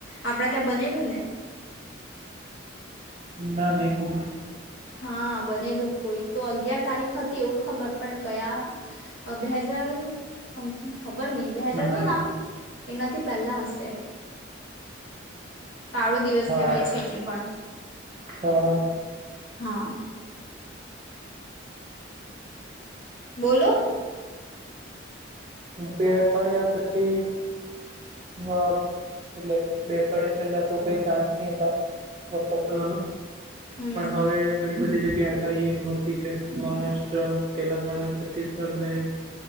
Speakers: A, on the left; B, on the right.
A: આપણે તાં બનેલું ને?
B: ના, નઈ ખબર.
A: હા બનેલું કોઈ તો અગિયાર તારીખ હતી એવું ખબર પણ કયા અ બે હજાર સમથિંગ ખબર ની બે હજાર
B: હા
A: તો ના એનાથી પેલા હશે કાળો દિવસ
B: હા
A: કહેવાય છે એને પણ
B: તો
A: હા બોલો
B: બે અઠવાડિયા પછી અ એટલે બે અઠવાડિયા પેલા તો કઈ ચાન્સ ની હતા વરસાદ પડવાનો
A: હમ
B: પણ હવે ઘણી બધી જગ્યા આગાહી મળતી છે મહારાષ્ટ્ર તેલંગાણા છત્તીસગઢ ને